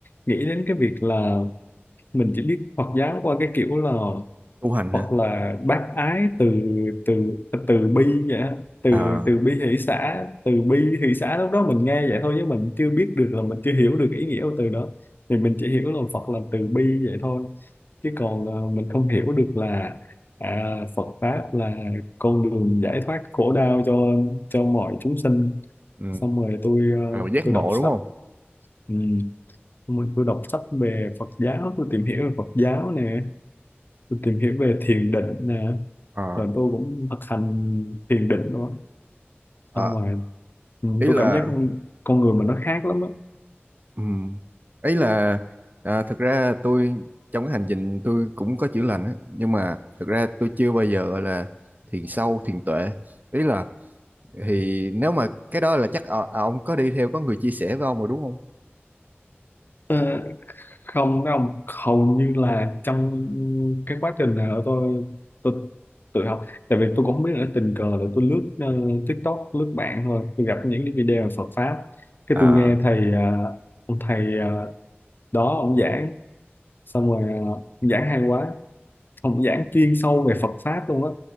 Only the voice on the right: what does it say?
tu hành
hả
à
ừ.
Ờ, giác
ngộ
đúng không
à,
à
ý
là
Ừ. Ấy là à, thực ra tôi trong cái hành trình tôi cũng có chữa lành á nhưng mà thực ra tôi chưa bao giờ gọi là thiền sâu thiền tuệ ý là thì nếu mà cái đó là chắc ờ, ờ, ông có đi theo có người chia sẻ với ông rồi đúng không?
À